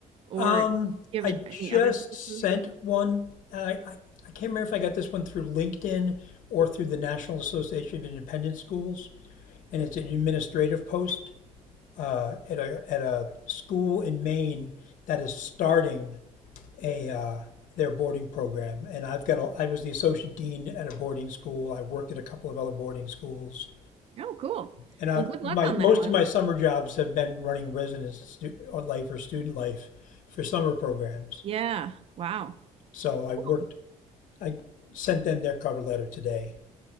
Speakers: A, on the right (about 45°); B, on the left (about 75°).
A: or
B: Um,
A: give
B: I
A: it any
B: just
A: other sources?
B: sent one. I, I, I can't remember if I got this one through LinkedIn or through the National Association of Independent Schools, and it's an administrative post uh, at a at a school in Maine that is starting a uh, their boarding program. And I've got a, I was the associate dean at a boarding school. I worked at a couple of other boarding schools,
A: Oh, cool.
B: and I
A: Well, good luck
B: my
A: on
B: most
A: that one.
B: of my summer jobs have been running residence stu- or life or student life for summer programs.
A: Yeah. Wow.
B: So I
A: Cool.
B: worked I sent them their cover letter today.